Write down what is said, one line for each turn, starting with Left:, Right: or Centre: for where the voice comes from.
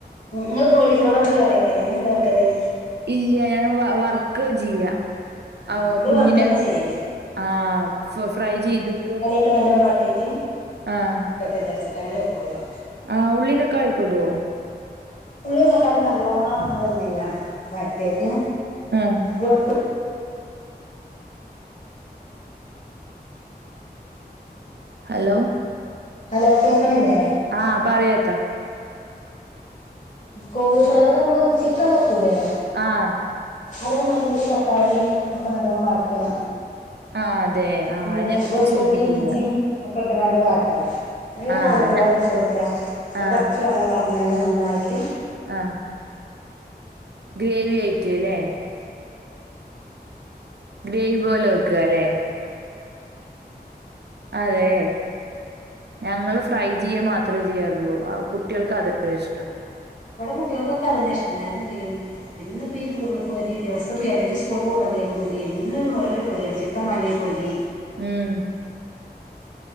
Left: ഇങ്ങള് കോളിഫ്ലവറ് ഒക്കെ കറി വെക്കല് എങ്ങനെ ഇണ്ട്‌ കറി വെക്കല്
Right: ഇല്യ ഞാൻ വ -വർക്ക ചെയ്യ
Left: ആ
Right: ആഹ്‌
Left: ഇവിടെ
Right: കുഞ്ഞിന്
Left: വർക്ക് തന്നെ ചെയ്യല്
Right: ആഹ്‌ ഫ ഫ്രൈ ചെയ്തിട്ട്
Left: ക്കെ നല്ലോം വാട്ടീട്ട്
Right: ആഹ്‌
Left: ക്കെട്ടെ വിചാരിച്ചിട്ട് അങ്ങനെ വെക്കോലോ
Right: ആഹ് ഉള്ളി തക്കാളി ഒക്കെ ഇടോ?
Left: ഉള്ളി, തക്കാളി നല്ലോണ്ണം നമ്മള് എന്ത് ചെയ്യാ വയറ്റിട്ട്
Right: ഉം
Left: വെളുത്തു
Right: ഹലോ
Left: ഹലോ കേക്കണില്ലേ?
Right: ആഹ്‌ പറയ് താത്ത
Left: കോളിഫ്ലവർ നമ്മള് ചിക്കൻ വെക്കൂലേ
Right: ആഹ്‌
Left: അതേമാതിരി ഉള്ളി തക്കാളിയും ഒക്കെ നല്ലോം വാട്ടാ
Right: ആ അതെ. ആ
Left: പിന്നെ
Right: അത് ഞാൻ വെച്ച്
Left: വെളുത്തുള്ളി
Right: നോക്കിയിട്ടില്ല.
Left: ഇഞ്ചിയും ഒക്കെ ഇട്ട്ങ്ങാണ്ട് വാട്ടാ എന്നിട്ട്
Right: ആ
Left: കോളിഫ്ലവർ
Right: ഞ
Left: ഇട്ട് കൊടുക്കാം
Right: ആ.
Left: കുറച്ച് വെള്ളം അങ്ങാണ്ട് നന്നായിട്ട്
Right: ആഹ് ഗ്രേവി ആയിട്ട് അല്ലേ? ഗ്രേവി പോലെ വെക്കുക അല്ലെ? അതെ ഞങ്ങള് ഫ്രൈ ചെയ്യ മാത്രമേ ചെയ്യാറുള്ളൂ ആ കുട്ടികൾക്ക് അതല്ലേ ഇഷ്ടം
Left: ഇവിടെ കുട്ടികൾക്കൊക്കെ അത് തന്നെ ഇഷ്ടം ഞാന് എന്ത് ചെയ്യും ഇന്ന് ഇപ്പോ ഈ ഉരുള പൊരി ദിവസം പോയി അലെങ്കിൽ സ്കൂൾ പോകുമ്പഴല്ലേ പൊരി എന്നും ഓരോരോ പൊരിയാണ് ചിക്കൻ വാങ്ങിയ പൊരി
Right: ഏയ്